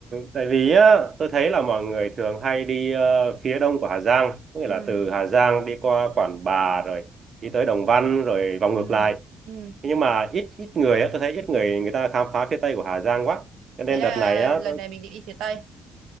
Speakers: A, on the right; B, on the right.
A: tại vì á, tôi thấy là mọi người thường hay đi ờ, phía đông của Hà Giang, có nghĩa
B: ừ,
A: là từ Hà Giang đi qua Quản Bạ rồi đi tới Đồng Văn rồi vòng
B: ừ,
A: ngược lại.
B: ừ.
A: Thế nhưng mà ít ít người á, tôi thấy ít người người ta khám phá phía tây của Hà Giang quá. Cho nên
B: Thế là
A: đợt này á,
B: lần
A: tôi
B: này mình định đi phía Tây.